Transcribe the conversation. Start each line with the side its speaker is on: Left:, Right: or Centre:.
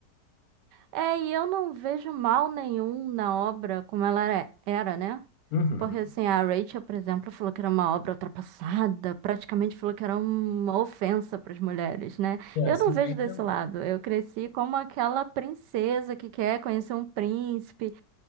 Right: É, e eu não vejo mal nenhum na obra como ela é- era, né?
Left: Uhum.
Right: Porque assim, a Rachel, por exemplo, falou que era uma obra ultrapassada, praticamente falou que era uma ofensa para as mulheres, né?
Left: É,
Right: Eu
Left: Essa
Right: não
Left: inveja-
Right: vejo desse lado. Eu cresci como aquela princesa que quer conhecer um príncipe.